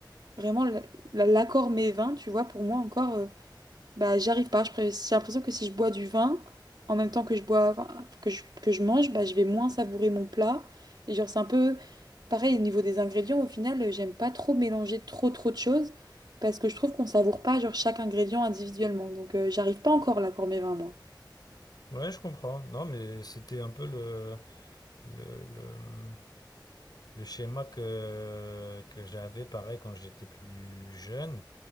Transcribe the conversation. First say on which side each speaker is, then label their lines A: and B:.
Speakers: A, on the right; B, on the left.
A: vraiment le- la- l'accord mes vins. Tu vois, pour moi encore, euh, bah, j'y arrive pas. Je pré- J'ai l'impression que si je bois du vin, en même temps que je bois, enfin, que je, que je mange, bah, je vais moins savourer mon plat. Et genre, c'est un peu pareil au niveau des ingrédients. Au final, euh, j'aime pas trop mélanger trop, trop de choses parce que je trouve qu'on savoure pas genre chaque ingrédient individuellement. Donc, euh, j'arrive pas encore là pour mes vins, moi.
B: Ouais, je comprends. Non, mais c'était un peu le, le, le, le schéma que, que j'avais pareil quand j'étais plus jeune.